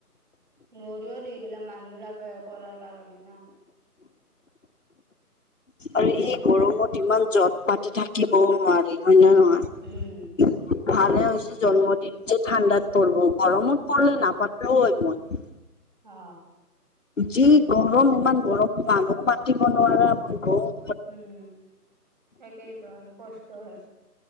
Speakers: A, on the right (about 30°); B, on the left (about 50°).
A: নৰিও দেগিলা মানুহ লাগে। কৰাৰ কাৰণে না
B: আৰু
A: অকলে
B: এই গৰমত
A: অকলে
B: ইমান যট পাতি থাকিবও নোৱাৰি। হয় ন নহয়।
A: উম
B: ভালে হৈছে জন্মদিন যে ঠাণ্ডাত পৰব গৰমত পলে নাপাতলেও হয় মন
A: অ
B: যি গৰম ইমান গৰমত মানুহ মাতিব নোৱাৰে আই গম
A: উম একেইতো আৰু কষ্ট হয়।